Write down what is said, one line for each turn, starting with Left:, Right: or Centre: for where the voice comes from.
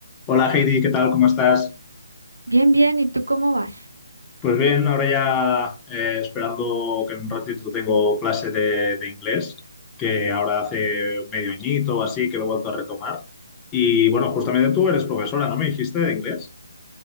Left: Hola Heidi, ¿qué tal? ¿Cómo estás?
Right: Bien, bien, ¿y tú cómo vas?
Left: Pues bien, ahora ya eh, esperando que en un ratito tengo clase de, de inglés, que ahora hace medio añito o así que lo he vuelto a retomar. Y bueno, justamente tú eres profesora, ¿no me dijiste de inglés?